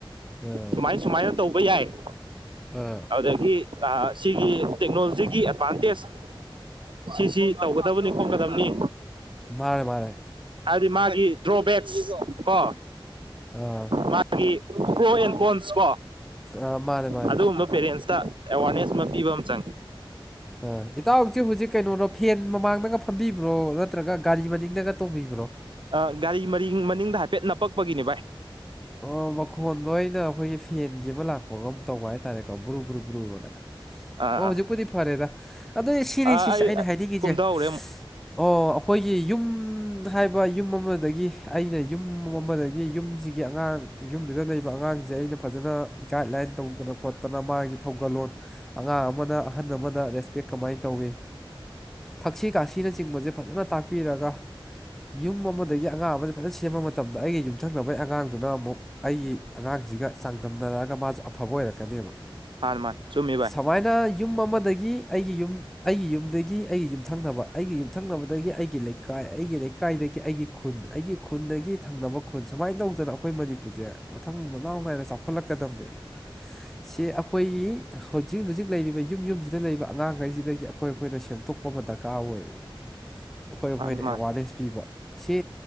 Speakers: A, in the centre; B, on the right (about 65°).
A: ꯑꯥ
B: ꯁꯨꯃꯥꯏ ꯁꯨꯃꯥꯏꯅ ꯇꯧꯕ ꯌꯥꯏ
A: ꯑꯥ
B: ꯑꯗꯒꯤ ꯑ ꯁꯤꯒꯤ ꯇꯦꯛꯅꯣꯂꯣꯖꯤꯒꯤ ꯑꯦꯗꯚꯥꯟꯇꯦꯖ ꯁꯤꯁꯤ ꯇꯧꯒꯗꯕꯅꯤ ꯈꯣꯠꯀꯗꯕꯅꯤ
A: ꯃꯥꯅꯦ ꯃꯥꯅꯦ
B: ꯑꯗꯨꯗꯤ ꯃꯥꯒꯤ ꯗ꯭ꯔꯣꯕꯦꯛꯁ ꯀꯣ
A: ꯑꯥ
B: ꯃꯥꯒꯤ ꯄ꯭ꯔꯣ ꯑꯦꯟ ꯀꯣꯟꯁ ꯀꯣ
A: ꯑ ꯃꯥꯅꯦ ꯃꯥꯅꯦ
B: ꯑꯗꯨꯒꯨꯝꯕ ꯄꯦꯔꯦꯟꯁꯇ ꯑꯦꯋꯥꯔꯅꯦꯁ ꯃꯥ ꯄꯤꯕ ꯑꯃ ꯆꯪꯉꯤ
A: ꯑ ꯏꯇꯥꯎꯖꯦ ꯍꯨꯖꯤꯛ ꯀꯩꯅꯣꯔꯣ ꯐꯦꯟ ꯃꯃꯥꯡꯗꯒ ꯐꯝꯕꯤꯕ꯭ꯔꯣ ꯅꯠꯇ꯭ꯔꯒ ꯒꯥꯔꯤ ꯃꯅꯤꯡꯗꯒ ꯇꯣꯡꯕꯤꯕ꯭ꯔꯣ
B: ꯑ ꯒꯥꯔꯤ ꯃꯔꯤꯡ ꯃꯅꯤꯡꯗ ꯍꯥꯏꯐꯦꯠ ꯅꯞꯄꯛꯄꯒꯤꯅꯤ ꯚꯥꯏ
A: ꯑꯣ ꯃꯈꯣꯟꯗꯣ ꯑꯩꯅ ꯈꯣꯏꯒꯤ ꯐꯦꯟꯒꯤ ꯑꯃ ꯂꯥꯛꯄꯒꯨꯝ ꯇꯧꯕ ꯍꯥꯏꯇꯥꯔꯦꯀꯣ ꯕ꯭ꯔꯨ ꯕ꯭ꯔꯨ ꯕ꯭ꯔꯨꯅ
B: ꯑꯥ
A: ꯑꯣ ꯍꯧꯖꯤꯛꯄꯨꯗꯤ ꯐꯔꯦꯗ ꯑꯗꯣꯟ ꯁꯤꯅꯤ
B: ꯑꯥ
A: ꯁꯤꯁ
B: ꯑꯩ
A: ꯑꯩꯅ ꯍꯥꯏꯅꯤꯡꯉꯤꯖꯦ
B: ꯀꯨꯝꯊꯍꯧꯔꯦ ꯑꯃꯨꯛ
A: ꯑꯣ ꯑꯈꯣꯏꯒꯤ ꯌꯨꯝ ꯌꯨꯝ ꯍꯥꯏꯕ ꯌꯨꯝ ꯑꯃꯗꯒꯤ ꯑꯩꯅ ꯌꯨꯝ ꯑꯃꯗꯒꯤ ꯌꯨꯝꯖꯤ ꯒꯤ ꯑꯉꯥꯡ ꯌꯨꯝꯗꯨꯗ ꯂꯩꯕ ꯑꯉꯥꯡꯖꯦ ꯑꯩꯅ ꯐꯖꯅ ꯒꯥꯏꯗꯂꯥꯏꯟ ꯇꯧꯗꯅ ꯈꯣꯠꯇꯅ ꯃꯥꯒꯤ ꯊꯧꯒꯜꯂꯣꯟ ꯑꯉꯥꯡ ꯑꯃꯅ ꯑꯍꯟ ꯑꯃꯗ ꯔꯦꯁꯄꯦꯛ ꯀꯃꯥꯏꯟ ꯇꯧꯋꯤ ꯊꯛꯁꯤ ꯈꯥꯁꯤꯅꯆꯤꯡꯕꯖꯦ ꯐꯖꯅ ꯇꯥꯛꯄꯤꯔꯒ ꯌꯨꯝ ꯑꯃꯗꯒꯤ ꯑꯉꯥꯡ ꯑꯃꯖꯦ ꯐꯖꯟ ꯁꯦꯝꯕ ꯃꯇꯝꯗ ꯑꯩꯒꯤ ꯌꯨꯝꯊꯪꯅꯕꯩ ꯑꯉꯥꯡ ꯑꯗꯨꯅ ꯑꯃꯨꯛ ꯑꯩꯒꯤ ꯑꯉꯥꯡꯖꯤꯒ ꯆꯥꯡꯗꯝꯅꯔꯛꯑꯒ ꯃꯥꯖꯨ ꯑꯐꯕ ꯑꯣꯏꯔꯛꯀꯅꯦꯕ
B: ꯃꯥꯟꯅꯦ ꯃꯥꯥꯟꯅꯦ ꯆꯨꯝꯃꯤ ꯕꯥꯏ
A: <unintelligible> ꯌꯨꯝ ꯑꯃꯗꯒꯤ ꯑꯩꯒꯤ ꯌꯨꯝ ꯑꯩꯒꯤ ꯌꯨꯝꯗꯒꯤ ꯑꯩꯒꯤ ꯌꯨꯝꯊꯪꯅꯕ ꯑꯩꯒꯤ ꯌꯨꯝꯊꯪꯅꯕꯗꯒꯤ ꯑꯩꯒꯤ ꯂꯩꯀꯥꯏ ꯑꯩꯒꯤ ꯂꯩꯀꯥꯏꯗꯒꯤ ꯑꯩꯒꯤ ꯈꯨꯟ ꯑꯩꯒꯤ ꯈꯨꯟꯗꯒꯤ ꯊꯪꯅꯕ ꯈꯨꯟ ꯁꯃꯥꯏꯟ ꯇꯧꯗꯅ ꯑꯈꯣꯏ ꯃꯅꯤꯄꯨꯔꯖꯦ ꯃꯊꯪ ꯃꯅꯥꯎ ꯅꯥꯏꯅ ꯆꯥꯎꯈꯠꯂꯛꯀꯗꯝꯅꯦꯕ
B: <inaudible>
A: ꯁꯤ ꯑꯈꯣꯏ ꯍꯧꯖꯤꯛ ꯍꯨꯖꯤꯛ ꯂꯩꯔꯤꯕ ꯌꯨꯝ ꯌꯨꯝꯖꯤꯗ ꯂꯩꯔꯤꯕ ꯑꯉꯥꯡꯒꯩꯖꯤꯗꯒꯤ ꯑꯈꯣꯏ ꯑꯈꯣꯏꯅ ꯁꯦꯝꯗꯣꯛ <unintelligible> ꯗꯔꯀꯥꯔ ꯑꯣꯏꯕ
B: <inaudible>
A: ꯑꯈꯣꯏ ꯑꯈꯣꯏꯅ
B: ꯃꯥꯅꯤ
A: ꯑꯦꯋꯥꯔꯅꯦꯁ ꯄꯤꯕ ꯁꯤ